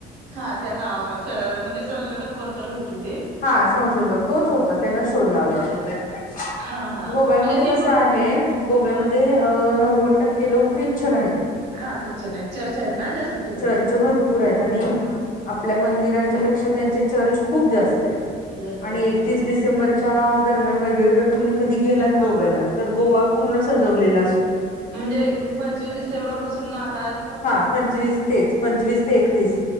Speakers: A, on the right; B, on the left.
A: हा त्या नावावर म्हणजे संशोधक कोणतर होते ते
B: हा संशोधक तोच होता त्यान शोध लावलं होत त्याच्या
A: हा हा म्हणजे
B: गोव्यामध्ये
A: ती
B: कसं
A: पण
B: आहे. हे गोव्यामध्ये नव्वद टक्के लोक्रिच्छण आहेत.
A: हा ख्रिश्चन आहेत चर्चा आहेत ना जास्त तिकडं
B: चर्च भरपूर आहेत आणि
A: हा
B: आपल्या मंदिरांच्या पेक्षा त्यांचे चर्च खूप जास्त आहेत.
A: जास्त
B: आणि
A: आहेत
B: एकतीस
A: हा
B: डिसेंबरच्या दरम्यान वगैरे जर तुम्ही? कधी गेलात
A: हा
B: गोव्याला तर गोवा पूर्ण सजवलेला असतो.
A: म्हणजे पंचवीस डिसेंबर पासून नातात.
B: हा पंचवीस तेच पंचवीस ते एकतीस